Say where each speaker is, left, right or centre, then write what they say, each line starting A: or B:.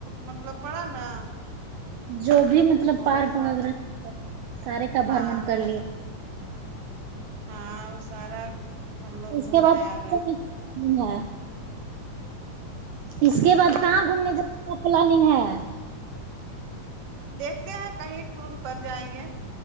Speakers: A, on the right; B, on the right.
A: مطلب پڑا نا
B: جو بھی مطلب
A: وہ
B: پارک
A: سب
B: وغیرہ سارے کا
A: ہاں
B: بھرمن کر لیے
A: ہاں وہ سارا ہم لوگ
B: اس
A: گھومتے
B: کے بعد
A: آ گئے
B: <unintelligible> ہے اس کے بعد
A: کیا
B: کہاں گھومنے جانے پلاننگ ہے
A: دیکھتے ہیں کہیں ٹور پر جائیں گے